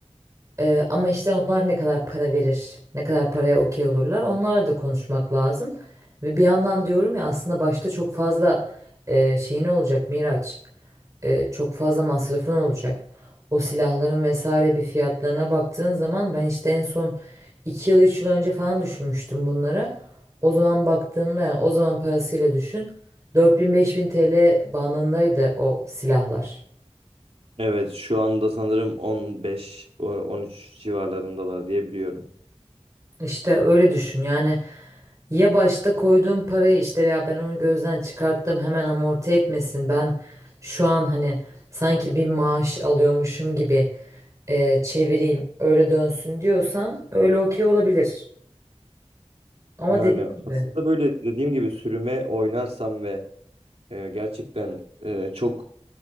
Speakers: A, on the right; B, on the right.
A: Ee, ama işte onlar ne kadar para verir, ne kadar paraya okey olurlar, onlarla da konuşmak lazım. Ve bir yandan diyorum ya aslında başta çok fazla e, şeyin olacak Miraç, e, çok fazla masrafın olacak. O silahların vesaire bir fiyatlarına baktığın zaman ben işte en son 2 yıl 3 yıl önce falan düşünmüştüm bunları. O zaman baktığımda yani o zaman parasıyla düşün 4000-5000 TL bandındaydı o silahlar.
B: Evet, şu anda sanırım 15 o- 13 civarlarındalar diye biliyorum.
A: İşte öyle düşün yani ya başta koyduğum parayı işte ya ben onu gözden çıkarttım hemen amorti etmesin ben şu an hani sanki bir maaş alıyormuşum gibi e, çevireyim öyle dönsün diyorsan öyle okey olabilir ama
B: Yani
A: dediğim gibi
B: aslında böyle dediğim gibi sürüme oynarsam ve e, gerçekten e, çok